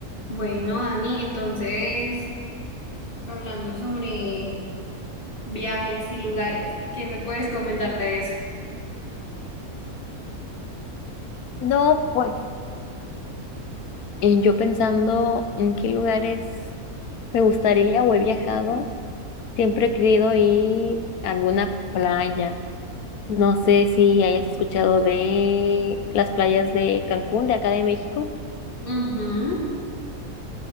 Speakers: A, on the left (about 35°); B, on the left (about 80°).
A: Bueno, Dani, entonces, hablando sobre viajes y lugares, ¿qué me puedes comentar de eso?
B: No, pues eh, yo pensando en qué lugares me gustaría o he viajado, siempre he querido ir a alguna playa. No sé si hayas escuchado de las playas de Cancún, de acá de México.
A: Ujú.